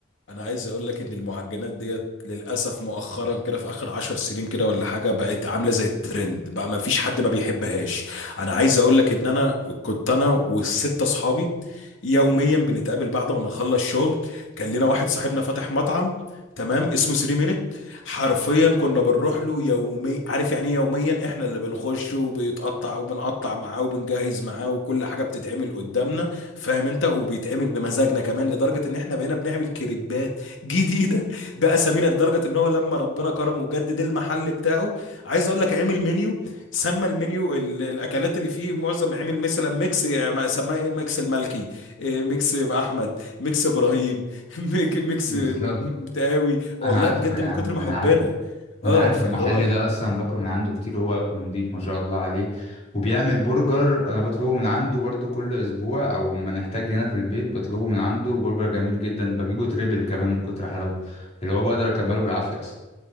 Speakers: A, on the left; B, on the left.
A: انا عايز اقول لك ان المعجنات ديت للاسف مؤخرا كده في اخر عشر سنين كده ولا حاجه بقت عامله زي الترند بقى ما فيش حد ما بيحبهاش انا عايز اقول لك ان انا كنت انا والستة اصحابي يوميا بنتقابل بعد ما نخلص شغل كان لنا واحد صاحبنا فاتح مطعم تمام اسمه 3 مينت حرفيا كنا بنروح له يومي عارف يعني ايه يوميا احنا اللي بنخش وبيتقطع وبنقطع معاه وبنجهز معاه وكل حاجه بتتعمل قدامنا فاهم انت وبيتعمل بمزاجنا كمان لدرجه ان احنا بقينا بنعمل كريبات جديده <laughs> باسامينا لدرجه ان هو لما ربنا كرمه وجدد المحل بتاعه عايز اقول لك عامل منيو سمى المنيو ال- الاكلات اللي فيه معظم عامل مثلا ميكس يعني سماه إيه؟ ميكس الملكي إيه، ميكس احمد ميكس ابراهيم <laughs> ميك- ميكس
B: بالظبط
A: م- م- تقاوي والله
B: انا عارفه
A: بجد
B: يا
A: من
B: عم
A: كتر ما
B: انا
A: حبنا
B: عارف ما
A: اه
B: انا عارف
A: فاللي
B: المحل
A: هو
B: ده اصلا باكل من عنده كتير هو اكله نضيف ما شاء الله عليه وبيعمل برجر انا بطلبه من عنده برضو كل اسبوع او ما نحتاج هنا في البيت بطلبه من عنده برجر جميل جدا بجيبه تريبل كمان من كتر حلاوته اللي هو بقدر اكمله بالعافية اصلا